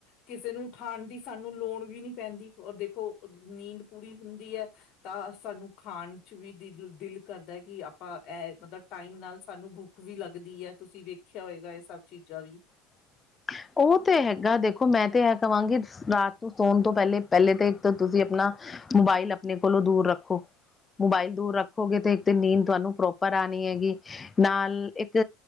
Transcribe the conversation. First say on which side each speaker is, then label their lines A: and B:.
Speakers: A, on the left; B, on the left.
A: ਕਿਸੇ ਨੂੰ ਉਠਾਣ ਦੀ ਸਾਨੂੰ ਲੋੜ ਵੀ ਨੀ ਪੈਂਦੀ ਔਰ ਦੇਖੋ ਨੀਂਦ ਪੂਰੀ ਹੁੰਦੀ ਹੈ ਤਾਂ ਸਾਨੂੰ ਖਾਣ ਚ ਵੀ ਦਿਲ ਦਿਲ ਕਰਦਾ ਕਿ ਆਪਾਂ ਇਹ ਮਤਲਬ ਟਾਈਮ ਨਾਲ ਸਾਨੂੰ ਭੁੱਖ ਵੀ ਲੱਗ ਦੀ ਹੈ ਤੁਸੀਂ ਵੇਖਿਆ ਹੋਏਗਾ ਇਹ ਸਭ ਚੀਜ਼ਾਂ ਵੀ
B: <inaudible> ਉਹ ਤੇ ਹੈਗਾ ਦੇਖੋ ਮੈਂ ਤੇ ਇਹ ਕਹਾਂਗੀ ਰਾਤ ਨੂੰ ਸੋਣ ਤੋਂ ਪਹਿਲੇ ਪਹਿਲੇ ਤਾਂ ਇੱਕ ਤੁਸੀਂ ਆਪਣਾ ਮੋਬਾਇਲ ਆਪਣੇ ਕੋਲੋਂ ਦੂਰ ਰੱਖੋ ਮੋਬਾਇਲ ਦੂਰ ਰੱਖੋਗੇ ਤੇ ਇੱਕ ਤੇ ਨੀਂਦ ਤੁਹਾਨੂੰ ਪ੍ਰੋਪਰ ਆਣੀ ਹੈਗੀ ਨਾਲ ਇੱਕ